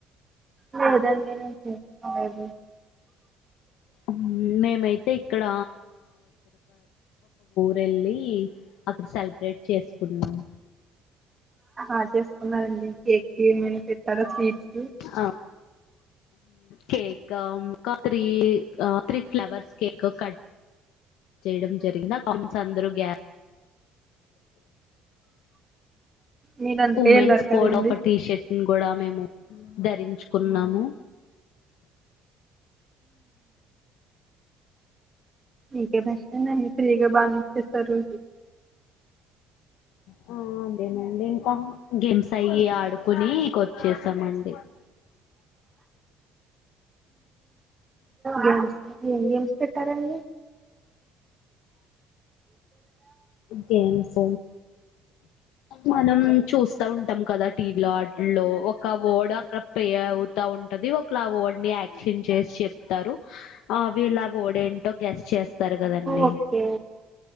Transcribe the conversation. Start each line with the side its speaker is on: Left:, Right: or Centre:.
Right: లేదండి నేన్ చేసుకోలేదు
Left: మ్మ్, మేమైతే ఇక్కడ వెళ్ళి అక్కడ సెలబ్రేట్ చేసుకున్నాం
Right: అదే అవునా అండీ కేక్ ఏమైనా పె చర స్వీట్స్సు
Left: ఆ, కేక్ కత్రి త్రీ ఫ్లవర్స్ కేక్ కట్ చేయడం జరిగిన కమ్స్ అందరూ గ్యా
Right: మీరు అందుకే
Left: ఉమెన్స్
Right: వెళ్ళారు కదండి
Left: కోడ్ ఒక టీషర్ట్ కూడా మేము ధరించుకున్నాము
Right: మీకే బెస్ట్ అండి అన్ని ఫ్రీగా బానేచేశారు
Left: థ్యా <inaudible> ఆ అదేనండి ఇంకా గేమ్స్ అయి ఆడుకుని ఇంక వచ్చేసామండి
Right: గేమ్స్ ఏం గేమ్స్ పెట్టారండి
Left: గేమ్స్ మనం చూస్త చూస్తూ ఉంటాం కదా టీవీలో లో ఒక ఓల్డ్ అక్కడ పే ఆవ్ తా ఉంటది ఒకలు ఆ వర్డ్ని యాక్షన్ చేసి చెప్తారు అవి ఇలా ఓడేంటో గెస్ చేస్త చూస్తారు కదండి
Right: ఓకే